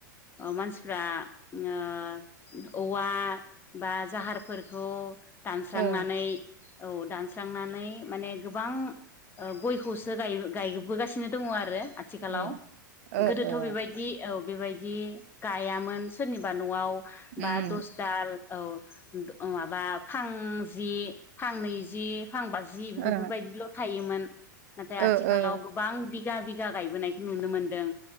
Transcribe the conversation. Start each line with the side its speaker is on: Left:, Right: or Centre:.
Left: मानसिफ्रा ओ औवा बा जाहारफोरखौ दान थांनानै
Right: ओ
Left: औ दानस्रांनानै माने गोबां ग इखौसो गायबोगासिनो दङ आरो आथिखालाव
Right: ए ओ
Left: गोदोथ'
Right: ओ
Left: बेबायदि औ बेबायदि गायामोन सोरनिबा न'आव बा
Right: उम
Left: दस दाल औ माबा फां जि फांनैजि फांबाजि
Right: ओ
Left: बेफोरबायदिल' थायोमोन नाथाय
Right: ओ
Left: आथिखालाव
Right: ओ
Left: गोबां दि बिगा बिगा गायबोनायखौ नुनो मोनदों